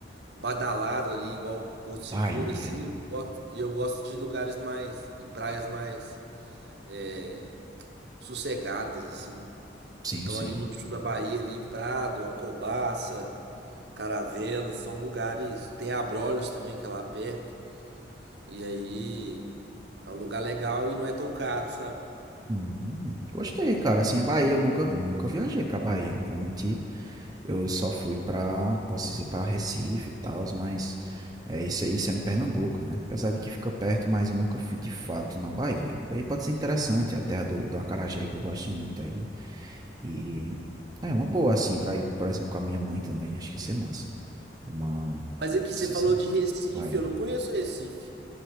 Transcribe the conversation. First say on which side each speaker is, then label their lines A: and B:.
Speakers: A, on the right; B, on the right.
A: badalado ali, igual Porto Seguro,
B: Bahia.
A: assim. Eu gosto- e eu gosto de lugares mais, e praias mais é, sossegadas, assim.
B: Sim,
A: Então,
B: sim.
A: ali no sul da Bahia, ali, Prado, Alcobaça, Caravelas, são lugares. Tem Abrolhos também, que é lá perto. E aí, é um lugar legal e não é tão caro, sabe?
B: Hum, gostei, cara. Assim, a Bahia, eu nunca, nunca viajei pra Bahia, não vou mentir. Eu só fui pra, posso dizer, pra Recife e tal, mas é, isso, é- isso é em Pernambuco, né? Apesar de que fica perto, mas eu nunca fui de fato na Bahia. Daí pode ser interessante, é a terra do, do acarajé que eu gosto muito aí. E é uma boa, assim, pra ir, por exemplo, com a minha mãe também, acho que ia ser massa. Uma,
A: Mas aqui,
B: posso
A: você falou
B: dizer,
A: de Recife,
B: Bahia.
A: eu não conheço Recife.